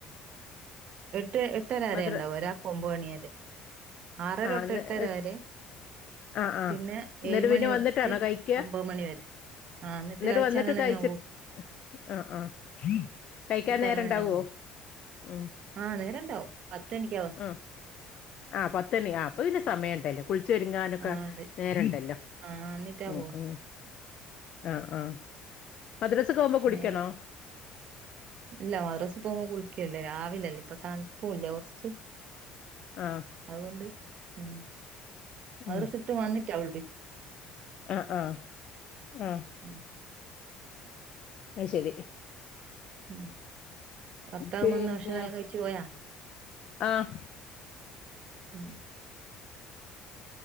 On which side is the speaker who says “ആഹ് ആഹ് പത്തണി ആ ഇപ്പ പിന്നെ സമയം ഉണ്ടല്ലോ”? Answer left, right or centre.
Left